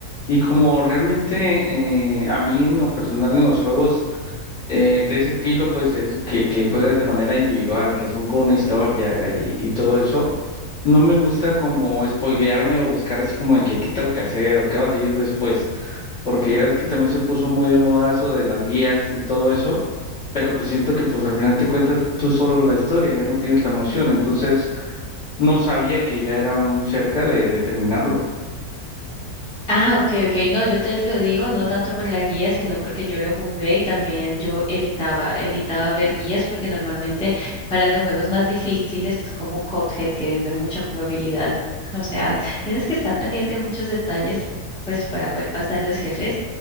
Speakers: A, on the left; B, in the centre.
A: Y como realmente eh, a mí en lo personal en los juegos eh, de ese estilo, pues es que, que juegas de manera individual, que son con una historia y, y todo eso. No me gusta como spoilearme o buscar así como de que qué tengo que hacer o qué va a seguir después, porque ya es que también se puso muy de moda eso de las guías y todo eso, pero pues siento que pues al final te cuentas tú solo la historia, ya no tienes la emoción, entonces no sabía que ya era muy cerca de, de terminarlo.
B: Ah, ok, ok. No, yo te lo digo, no tanto por la guía, sino porque yo lo jugué y también yo evitaba, evitaba ver guías porque normalmente para los juegos más difíciles como Cuphead, que es de mucha jugabilidad, o sea, tienes que estar pendiente de muchos detalles, pues para poder pasar los jefes.